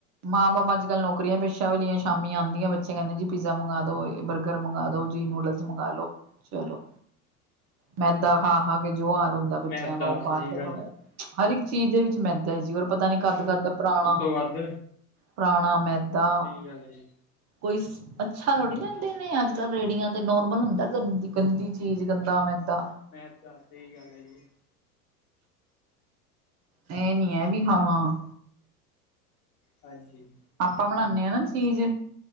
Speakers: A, on the right (about 35°); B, on the left (about 60°).
A: ਮਾਂ-ਬਾਪ ਅੱਜ-ਕੱਲ ਨੌਕਰੀਆਂ ਪੇਸ਼ਾ ਵਾਲੀਆਂ, ਸ਼ਾਮੀ ਆਂਦੀਆਂ ਬੱਚੇ ਕਹਿੰਦੇ ਜੀ ਪੀਜ਼ਾ ਮੰਗਾਦੋ, ਬਰਗਰ ਮੰਗਾਦੋ ਜੀ, ਨੂਡਲ ਮੰਗਾਲੋ, ਚਲੋ।
B: <inaudible>
A: ਮੈਦਾ
B: ਹਾਂ
A: ਖਾ-ਖਾਕੇ ਜੋ ਹਾਲ ਹੁੰਦਾ ਬੱਚਿਆਂ
B: ਮੈਦਾ
A: ਦਾ, ਉਹ
B: ਸਹੀ
A: ਬਾਅਦ ਪਤਾ
B: ਗੱਲ
A: ਲੱਗ
B: ਹੈ।
A: ਹਰ ਇੱਕ ਚੀਜ਼ ਦੇ ਵਿੱਚ ਮੈਦਾ ਏ ਜੀ, ਔਰ ਪਤਾ ਨੀ ਕੱਦ-ਕੱਦ ਦਾ ਪਰਾਣਾ।
B: ਪੱਦ
A: ਪਰਾਣਾ ਮੈਦਾ।
B: ਚਲ ਜੇ
A: ਕੋਈ ਸ ਅੱਛਾ ਥੋੜ੍ਹੀ ਲੈਂਦੇ ਨੇ, ਅੱਜ ਕੱਲ੍ਹ ਰੇੜੀਆਂ ਤੇ ਨੋਰਮਲ ਹੁੰਦਾ ਗੰ ਗੰਦੀ ਚੀਜ਼ ਗੰਦਾ ਮੈਦਾ।
B: ਮੈਂਦਾ ਸਈ ਗੱਲ ਐ ਜੀ,
A: ਏਂ ਨੀ ਏ, ਵੀ ਹਾਂ
B: ਹਾਂਜੀ।
A: ਆਪਾਂ ਬਣਾਨੇਂ ਆ ਨਾ ਚੀਜ਼